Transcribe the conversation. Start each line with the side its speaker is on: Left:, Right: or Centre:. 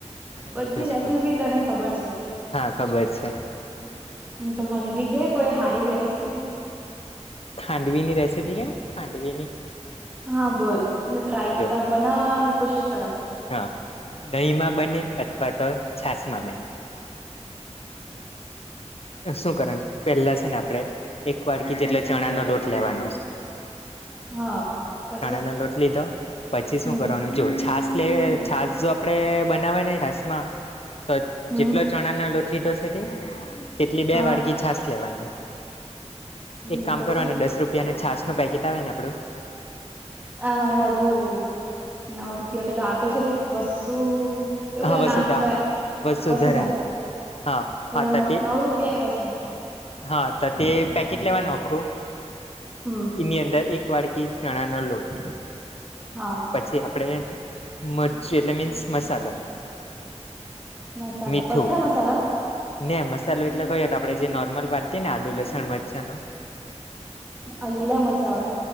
Left: મને
Right: બધી
Left: બધું જ
Right: રેસીપી
Left: ખબર
Right: તને ખબર છે.
Left: હા ખબર છે
Right: હું તો મને ભી કે કોઈ હારી રેસીપી.
Left: ખાંડવી ની રેસીપી કેવું ખંડવી ની.
Right: હા બોલ મેં ટ્રાય
Left: જો
Right: બનાવાની કોશિશ કરા.
Left: હા દહીંમાં બને અથવા તો છાસ માં બને.
Right: <inaudible>
Left: તો શું કરવાનું પહેલા છે ને આપડે એક વાડકી જેટલા ચણા નો લોટ લેવાનો
Right: હા પછી
Left: ચણા નો લોટ લીધો પછી
Right: હમ
Left: શું કરવાની જો છાશ લે છાશ જો આપણે બનાવવાને છાશમાં તો
Right: હમ
Left: જેટલો ચણાના લોટ લીધો છે તે તેટલી બે
Right: હા
Left: વાડકી છાશ લેવાની.
Right: હમ
Left: એક કામ
Right: પછી
Left: કરવાનું દસ રૂપિયાનું છાસ નું પેકેટ આવે ને આપણું
Right: આ મારે બાજુ નવ રૂપિયા પેલો આવતો છે તે વસ્તુ એવું
Left: હા
Right: કઈ
Left: વસુધા
Right: નામ છે
Left: વસુધરા
Right: વસુધા
Left: હા
Right: તેના
Left: હા ત
Right: ન
Left: તે
Right: નવ રૂપિયા એવા છે.
Left: હા તો તે પેકેટ લેવાનું આખું
Right: હમ્મ.
Left: એની અંદર એક વાડકી ચણાનો લોટ.
Right: હા.
Left: પછી આપડે મરચું એટલે મીન્સ મસાલો
Right: મસાાલો
Left: મીઠું
Right: બધા મસાલા.
Left: ને મસાલો એટલે કયો તો આપણે જે નોર્મલ વાંતીને આદુ લસણ મરચાનો.
Right: આ લીલા મરચાં વાળો?